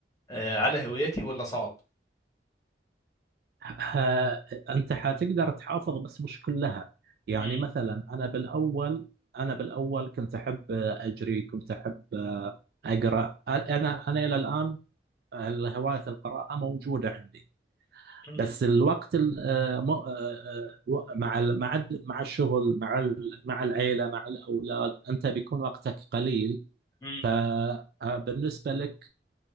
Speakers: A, on the left (about 20°); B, on the right (about 55°).
A: آه، على هواياتي ولا صعب
B: ها انت حتقدر تحافظ بس مش كلها يعني
A: مم.
B: مثلا انا بالاول انا بالاول كنت احب اجري كنت احب اقرا انا انا الى الان هوايه القراءه موجوده عندي
A: مم.
B: بس الوقت ال- آه، م- آه، آه، مع ال- مع الد- مع الشغل مع ال- مع العيله مع الاولاد انت بيكون وقتك قليل
A: مم.
B: فبالنسبه لك